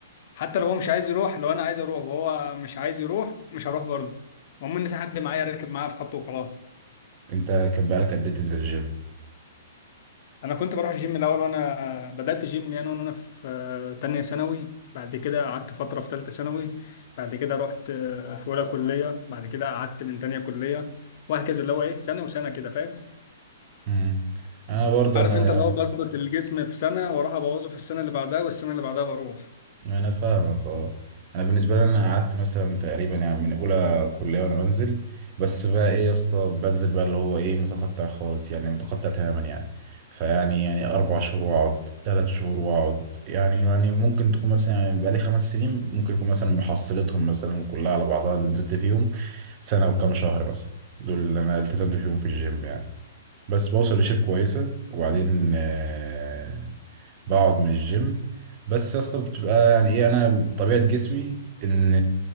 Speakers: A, on the left (about 50°); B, on the right (about 35°).
A: حتى لو هو مش عايز يروح لو انا عايز اروح وهو مش عايز يروح مش هروح برضه المهم ان في حد معايا راكب معايا الخط وخلاص
B: انت كان بقالك قد ايه تنزل الجيم
A: انا كنت بروح الجيم الاول وانا بدات جيم يعني وانا في آه، تانية ثانوي بعد كده قعدت فتره في تالتة ثانوي بعد كده رحت آه، في اولى كليه بعد كده قعدت من تانية كليه وهكذا اللي هو ايه سنه وسنه كده فاهم
B: امم انا برضو
A: عارف
B: انا
A: انت اللي هو بظبط الجسم في سنه واروح ابوظه في السنه اللي بعدها والسنه اللي بعدها بروح
B: انا فاهمك اه انا بالنسبه لي انا قعدت مثلا تقريبا يعني من اولى كليه وانا بنزل بس بقى ايه يا اسطى بنزل بقى اللي هو ايه متقطع خالص يعني متقطع تماما يعني فيعني يعني اربع شهور واقعد ثلاث شهور واقعد يعني يعني ممكن تكون مثلا يعني بقى لي خمس سنين ممكن يكون مثلا محصلتهم مثلا كلها على بعضها اللي نزلت فيهم سنه وكام شهر مثلا دول اللي انا التزمت فيهم في الجيم يعني بس بوصل لشيب كويسة وبعدين آه، بقعد من الجيم بس يا اسطى بتبقى يعني ايه انا طبيعة جسمي ان